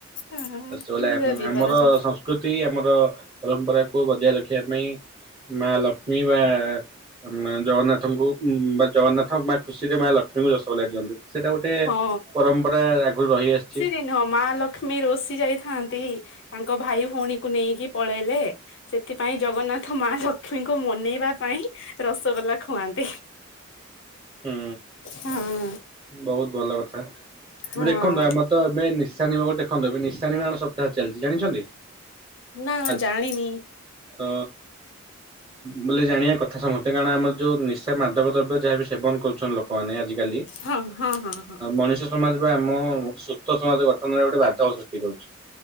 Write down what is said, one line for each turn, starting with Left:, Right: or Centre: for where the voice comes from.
Left: ହଁ
Right: ରସଗୋଲା
Left: ଏଇରା ବିବାଦ
Right: ଆମର
Left: ଚାଲିଛି।
Right: ସଂସ୍କୃତି ଆମର ପରମ୍ପରାକୁୁ ବଜାୟ ରଖିବା ପାଇଁ ମା ଲକ୍ଷ୍ମୀ ବା ଉମ୍-ଜଗନ୍ନାଥଙ୍କୁ ବା ଜଗନ୍ନାଥ ମାଆ ଖୁସିରେ ମାଆ ଲକ୍ଷ୍ମୀ ଙ୍କୁ ରସଗୋଲା ଦିଅନ୍ତି ତ ସେଟା ଗୋଟେ
Left: ହଁ
Right: ପରମ୍ପରା ଆଗରୁ ରହିଆସିଚି।
Left: ହଁ ମାଆ ଲକ୍ଷ୍ମୀ ରୁଷି ଯାଇଥାନ୍ତି ତାଙ୍କ ଭାଇ ଭୋଉଣୀଙ୍କୁ ନେଇକି ପଳେଇଲେ ସେଥିପାଇଁ ଜଗନ୍ନାଥ ମା ଲକ୍ଷ୍ମୀଙ୍କୁ ମନେଇବା ପାଇଁ ରସଗୋଲା ଖୁଆନ୍ତି।
Right: ହୁଁ
Left: ହଁ
Right: ବୋହୁତ ଭଲ କଥା
Left: ହଁ
Right: ପୁର ଦେଖନ୍ତୁ ଆମର ତ ଏବେ ନିଶା ନିର ଏବେ ନିଶା ନିବାରଣ ସପ୍ତାହ ଚାଲିଛି ଜାଣିଛନ୍ତି?
Left: ନା
Right: ଆଜି
Left: ଜାଣିନି
Right: ତ ବୋଇଲେ ଜାଣିବା କଥା ସମସ୍ତେ କାରଣ ଆମର ଯୋଉ ନି ସେ ମାଦବ ଦ୍ରବ୍ୟ ଯାହାବି ସେବନ କରୁଛନ୍ତି ଲୋକମାନେ ଆଜି କାଲି
Left: ହଁ ହଁ ହଁ ହଁ
Right: ମଣିଷ ସମାଜ ବା ଆମ ମୁକ୍ତ ସମାଜ ଗଠନରେ ଗୋଟେ ବାର୍ତ୍ତା ସୃଷ୍ଟି କରୁଛି।